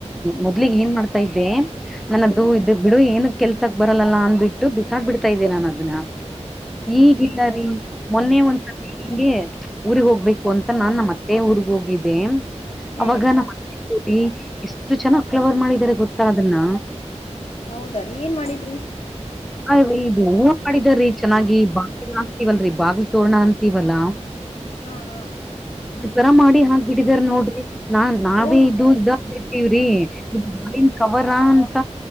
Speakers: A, in the centre; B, on the left (about 60°).
A: ಮೊದ್ಲಿಗ ಏನ್ ಮಾಡ್ತಾ ಇದ್ದೆ. ನನ್ನದು ಇದ ಬಿಡು ಏನ ಕೆಲ್ಸಕ್ ಬರಲ್ಲಾ ಅಂದ್ಬಿಟ್ಟು ಬಿಸಾಕ್ ಬಿಡ್ತಾ ಇದ್ದೆ ನಾನ್ ಅದನ್ನ. ಈಗಿಲ್ಲ ರೀ ಮೊನ್ನೆ ಒಂದ್ಸಲ. ಹಿಂಗೆ ಊರಿಗ್ ಹೋಗ್ಬೇಕು ಅಂತ ನಾನ್ ನಮ್ಮ ಮತ್ತೆ ಊರ್ಗ್ ಹೋಗಿದ್ದೆ.
B: ಹ್ಮ್
A: ಅವಾಗ ನಮ್ಮ ಅತ್ತೆ ಸೊಸೆ ಎಷ್ಟು ಚೆನ್ನಾಗ್ ಫ್ಲವರ್ ಮಾಡಿದಿದ್ದಾರೆ ಗೊತ್ತಾ ಅದನ್ನ.
B: ಹೌದಾ ರೀ ಏನ್ ಮಾಡಿದ್ರು.
A: ಅ ಇದು ಹೂ ಮಾಡಿದಾರ್ರೀ ಚೆನ್ನಾಗಿ ಬಾಗ್ಲಿಗಳ ಹಕ್ತತಿವಲ್ರರಿ ಬಾಗಿಲಿ ತೋರ್ರಣ ಅಂತೀವಲ್ಲ.
B: ಹಾ ಹಾ
A: ತರ ಮಾಡಿ ಹಾಕ್ಬಿಟ್ಟಿದಾರ ನೋಡ್ರಿ ನಾ ನಾವೇ
B: ತೋ
A: ಇದು ಇದ. ವ್ರಿ ಕವರ ಅಂತ